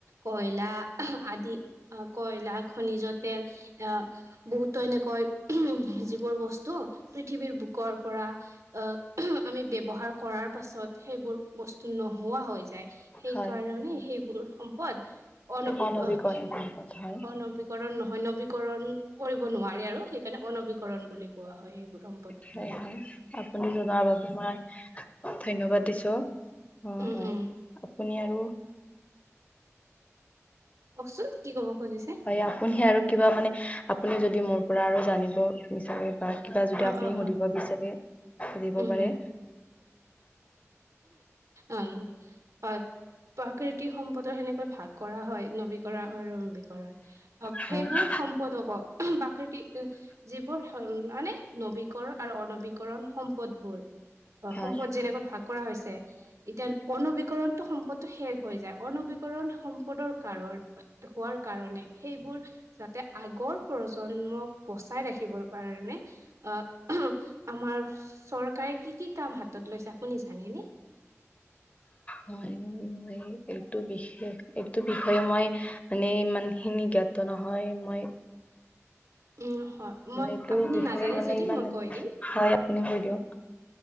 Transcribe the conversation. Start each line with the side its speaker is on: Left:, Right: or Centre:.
Right: কয়লা আদি। অ', কয়লা, খনিজ তেল আ বহুতো এনেকৈ যিবোৰ বস্তু পৃথিৱীৰ বুকৰ পৰা অ', আমি ব্যৱহাৰ কৰাৰ পাছত সেইবোৰ বস্তু নোহোৱা হৈ যায়। সেইকাৰণে,
Left: হয়
Right: সেইবোৰ সম্পদ অনবি
Left: অনবীকৰণ
Right: কৰ
Left: সম্পদ হয়
Right: অনবি কৰণ নহয়, নবীকৰণ কৰিব নোৱাৰে আৰু সেইকাৰণে অনৱীকৰণ বুলি কোৱা হয়, এইবোৰ সম
Left: হয়, হয়, আপুনি জনোৱাৰ বাবে মই ধন্যবাদ দিছো। অ',
Right: উম
Left: হয়,
Right: উম
Left: আপুনি আৰু
Right: কওকচোন, কি ক'ব খুজিছে?
Left: হয় আপুনি আৰু কিবা মানে আপুনি যদি মোৰ পৰা আৰু জানিব বিচাৰে হয়, কিবা যদি,
Right: অ
Left: আপুনি
Right: অ
Left: সুধিব
Right: হয়।
Left: বিচাৰে সুধিব
Right: উম
Left: পাৰে
Right: অন <unintelligible> প্ৰাকৃতিক সম্পদৰ সেনেকৈ ভাগ কৰা হয় নৱীকৰণ আৰু নৱীকৰণ। অ',
Left: হয়
Right: সেইবোৰ সম্পদক' প্ৰাকৃতি যিবোৰ মানে নবীকৰণ আৰু অনবীকৰণ সম্পদবোৰ
Left: হয়
Right: সম্পদ যেনেকৈ ভাগ কৰা হৈছে এতিয়া অনবীকৰণটো সম্পদটো শেষ হৈ যায়, অনবীকৰণ সম্পদৰ কাৰণ হোৱাৰ কাৰণে সেইবোৰ যাতে, আগৰ প্ৰজন্মক বচাই ৰাখিবৰ কাৰণে অ', আমাৰ চৰকাৰে কি, কি কাম হাতত লৈছে আপুনি জানেনে?
Left: হয়, মই এইটো বিষে এইটো বিষয়ে মই মানে ইমান হিনি জ্ঞাত নহয়, মই
Right: উম, হয়, মই
Left: এইটো
Right: আপুনি
Left: বিষয়ে
Right: নাজানে
Left: মানে
Right: যদি
Left: ইমান
Right: মই কৈ দিম।
Left: হয় আপুনি কৈ দিয়ক।